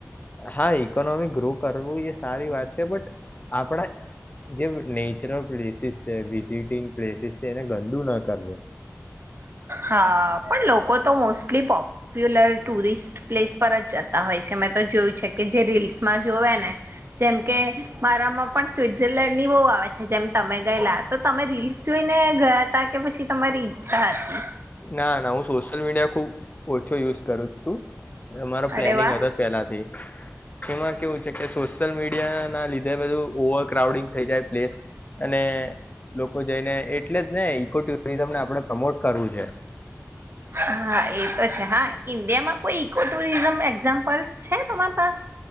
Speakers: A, on the left (about 30°); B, on the right (about 50°).
A: હા ઈકોનોમી ગ્રો કરવું એ સારી વાત છે બટ આપણા જે નેચરલ પ્લેસીસ છે વિઝિટિંગ પ્લેસીસ છે એને ગંદુ ન કરવું.
B: હા પણ લોકો તો મોસ્ટલી પોપ પુલર ટુરિસ્ટ પ્સ પર જ જતા હોય છે મેં તો જોયું છે કે જે રીલ્સમાં જોવે ને જેમ કે મારામાં પણ સ્વટઝરલેન્ડની બહુ આવે છે જેમ તમે ગયેલા તો તમે રીલ્ જોઈને ગયા હતાા કે પછી તમારી ઈચ્છા હતી.
A: ના ના હું સોશિયલ મીડિયા ખુબ ઓછો યુઝ કરું હતું અમારો પ્લેનિંગ
B: અરે વાહ
A: હતો પહેલાથી એમાં કેવું છે કે સોશિયલ મીડિયા ના લીધે બધું ઓવર ક્રાઉડિંગ થઈ જાય પ્લેસ અને લોકો જઈને એટલે જ ને ઈકો ટુરિઝમ ને આપણે પ્રમોટ કરવું છે
B: હા એ તો છે હા ઇન્ડિયામાં કોઈ ઈકો ટુરિઝમ એક્ઝામ્પલ્સ છે તમારા પાસ